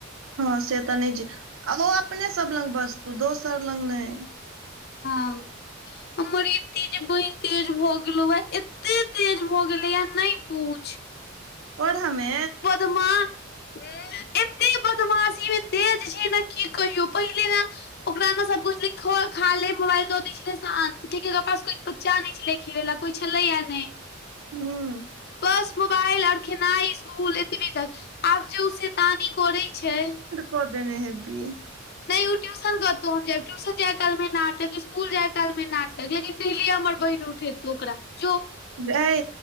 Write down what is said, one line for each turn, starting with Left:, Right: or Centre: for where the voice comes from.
Right: हँ से तऽ नहि छै आ ओ अपने सब लग बजतौ दोसर लग नहि
Left: हँ हमर ए ते बनि तेज भए गेलो हे एते तेज भए गेलो या नहि पूछ
Right: पढ़मे
Left: बदमा <unintelligible> उं एते बदमाशी मे तेज छै ने की कहियौ पहिले ने ओकरा मे सब कहै छलै, <unintelligible> खाले मोबाइल दऽ छलैया शान्त बच्चानहि छलैया खिलएले कोइ छलैए नहि
Right: हूँ
Left: बस मोबाइल आओर खेनाई इसकूल एतबी तक आब जे उ सेतानी करै छै
Right: कदने हेबी <unintelligible>
Left: नहि उ ट्यूशन कतहु हम जायब ट्यूशन जाय काल में नाटक स्कुल जाइ काल मे नाटक लेकिन डेली हमर बहिन उठबितो ओकरा जो
Right: गै